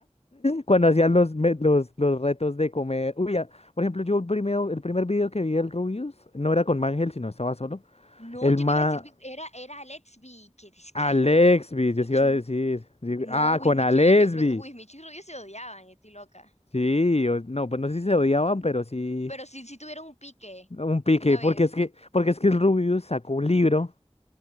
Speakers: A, on the left; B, on the left.
A: Cuando hacían los, me- los, los retos de comer. Uy, ya, Por ejemplo, yo el, primero, el primer video que vi del Rubius no era con Mangel, sino estaba solo.
B: No,
A: El
B: yo
A: ma.
B: no iba a decir, Big- era, era Let's Be, que es que
A: Alexby,
B: Michu.
A: yo sí iba a decir. Sí,
B: No,
A: Ah,
B: Wismichu,
A: con Alexby.
B: y- yo creo que Wismichu y Rubio se odiaban, yo estoy loca.
A: Sí, o no, pues no sé si se odiaban, pero sí.
B: Pero sí, sí tuvieron un pique
A: Un pique.
B: una vez.
A: Porque es que, porque es que el Rubius sacó un libro